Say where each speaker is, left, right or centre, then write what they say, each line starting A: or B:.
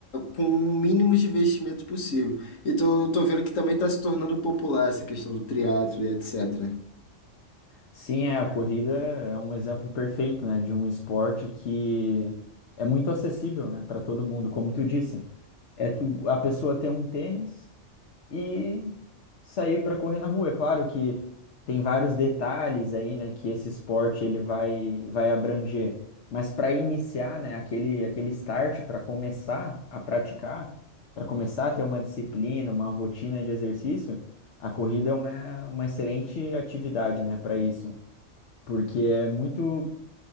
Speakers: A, on the left; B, on the left.
A: com o mínimo de investimento possível. E tô, tô vendo que também está se tornando popular essa questão do triatlo e etc. né?
B: Sim, é, a corrida é um exemplo perfeito, né, de um esporte que é muito acessível, né, para todo mundo, como tu disse. É tu, a pessoa ter um tênis e sair para correr na rua. É claro que tem vários detalhes aí, né, que esse esporte ele vai vai abranger. Mas para iniciar, né, aquele aquele start para começar a praticar, para começar a ter uma disciplina, uma rotina de exercício, a corrida é uma, uma excelente atividade, né, para isso porque é muito